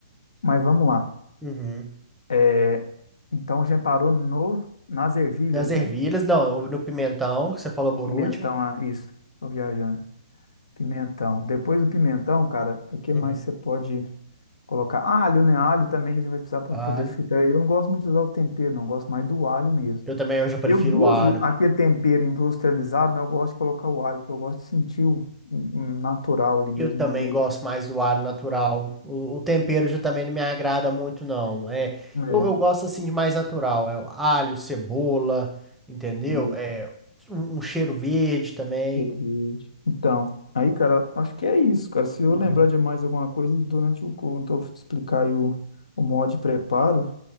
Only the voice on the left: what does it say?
Mas vamos lá.
É, Então a gente parou no, nas ervilhas,
né?
No
pimentão,
ah, isso. Tô viajando. Pimentão. Depois do pimentão, cara, o que
mais você pode colocar? Alho, né? Alho também que a gente vai precisar para
poder fritar. Eu não gosto muito de usar o tempero, não. eu Gosto mais do alho mesmo.
Eu uso
aquele tempero industrializado, mas eu gosto de colocar o alho, porque eu gosto de sentir o o natural ali mesmo
no meio.
É,
isso,
cheiro verde. Então, aí, cara, acho que é isso, cara. Se eu
lembrar de mais alguma coisa, e durante o quando eu te explicar aí o, o modo de preparo,